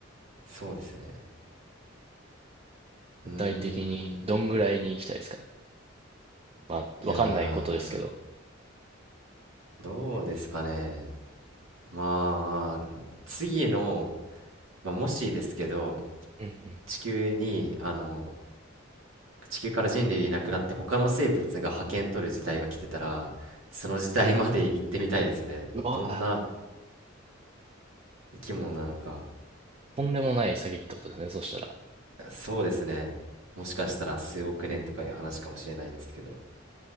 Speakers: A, on the right (about 85°); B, on the right (about 30°).
A: そうですね。
B: 具体的にどんぐらいに行きたいですか
A: うーん。
B: まあ、
A: いやー、
B: わかんないことですけど。
A: どうですかね。まあ、次の、まあ、もしですけど、
B: うんうん
A: 地球に、あの、地球から人類いなくなって他の生物が覇権取る時代が来てたら、その時代まで行ってみたいですね。
B: うん。うわあ、
A: どんな生き物なのか。
B: とんでもない詐欺ってことですね、そしたら。
A: そうですね。もしかしたら数億年とかいう話かもしれないですけど。